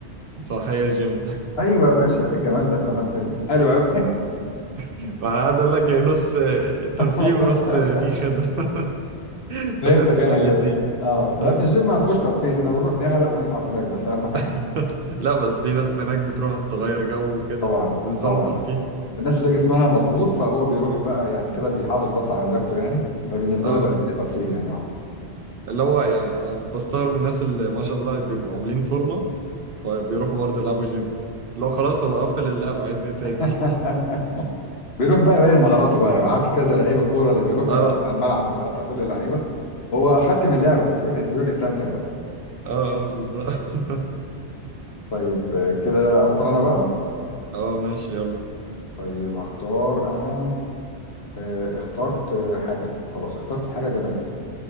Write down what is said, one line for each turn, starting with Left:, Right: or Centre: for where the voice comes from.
Right: صح هي جيم <laughs>
Left: ايوه يا باشا ايه الجمال ده تمام كده حلو قوي
Right: ما انا قاعد اقول لك هي نص ترفيه
Left: <laughs>
Right: ونص في خدمه <laughs>
Left: فهمتك
Right: فتنفع
Left: انا
Right: الاثنين
Left: كده اه لا
Right: اه
Left: بس الجيم ما فيهوش ترفيه احنا بنروح نعرق ونتعب هناك بس اهم حاجه
Right: <laughs> لا بس في ناس هناك بتروح تغير جو
Left: <laughs>
Right: وكده
Left: طبعا
Right: بالنسبه
Left: طبعا
Right: لهم ترفيه
Left: الناس اللي جسمها مظبوط فهو بيروح بقى يعني كده بيحافظ بس على لياقته يعني فبالنسبه
Right: اه
Left: له بيبقى الدنيا ترفيه يعني اه
Right: اللي هو يعني انا بستغرب من الناس اللي ما شاء الله بيبقوا عاملين فورمه فبيروحوا برضه يلعبوا جيم اللي هو خلاص هو قفل اللعب عايز ايه تاني
Left: <laughs> بيروح بقى يبين مهاراته بقى يعني عارف كذا لعيب الكوره اللي بيروح
Right: <laughs> اه
Left: يقطع الملعب ويقطع كل اللعيبه هو اخدت من اللعبه بس بيروح بيروح يستمتع بقى
Right: اه اه بالظبط <laughs>
Left: طيب آه، كده اختار انا بقى
Right: اه ماشي يلا
Left: طيب هختار انا آه، اخترت آه، حاجة خلاص اخترت حاجة جماد